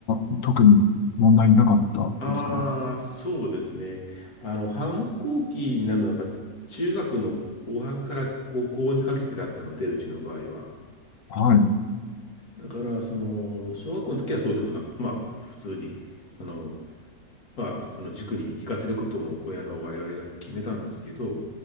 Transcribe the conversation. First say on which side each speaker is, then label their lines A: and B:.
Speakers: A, on the left; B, on the left.
A: ー、特に問題なかったですか
B: ああ、そうですね。あの、反抗期になるのは、やっぱ中学の後半から高校にかけてだったので、うちの場合は。
A: はい。
B: だから、その、小学校の時はそうでもなか、まあ、普通に、その、まあ、その塾に行かせることも親の我々が決めたんですけど、